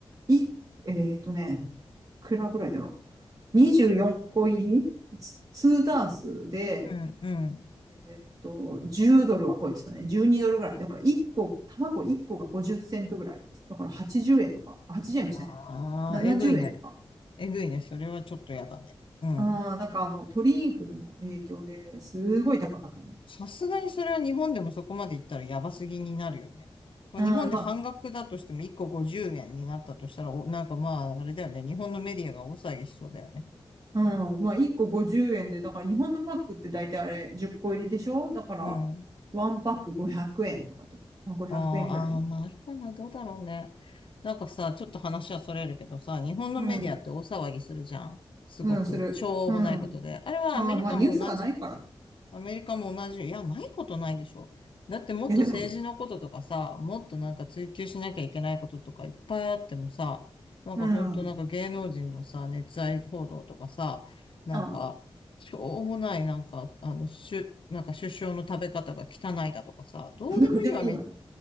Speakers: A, on the right; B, on the left.
A: い、えっとね、いくらぐらいだろう。24個入りツ2ダースで、
B: うん、うん。
A: えっと、10ドルは超えてたね。12ドルぐらい。だから1個、卵1個が50セントぐらい。だから80円とか。あ80円もしないよ。
B: ああ、
A: 70円とか。
B: えぐいね。えぐいね。それはちょっとやだね。うん。
A: ああ、なんかあの、鳥インフルの影響ですごい高かったね。
B: さすがにそれは日本でもそこまで行ったらやばすぎになるよね。まあ、
A: うん、
B: 日本で半額だとしても1個50円になったとしたら、
A: まあ、
B: お、なんかまあ、あれだよね。日本のメディアが大騒ぎしそうだよね。
A: うん、まあ、1個50円で、だから日本のパックって大体あれ10個入りでしょだから、
B: うん。
A: ワンパック500円とかって、まあ、500円ぐらい
B: あーあー、まあ、あれかな。どうだろうね。なんかさ、ちょっと話はそれるけどさ、日本のメディアって大騒ぎするじゃん。
A: うん、
B: すごく、
A: うん、する。
B: しょうもないことで。
A: うん。
B: あれはアメリカも同じ
A: ああ、まあ、ニュースがないから。んい
B: アメリカも同じ。いや、ないことないでしょ。だってもっと政治のこととかさ、
A: や、でも、
B: もっとなんか追求しなきゃいけないこととかいっぱいあってもさ、なんかほんとなんか芸能人のさ、
A: うん。
B: 熱愛報道とかさ、なんか、
A: ああ、
B: しょうもないなんか、あの、しゅ、なんか首相の食べ方が汚いだとかさ、どうでもいいわ、
A: <laughs> どうでもいいわね。
B: み、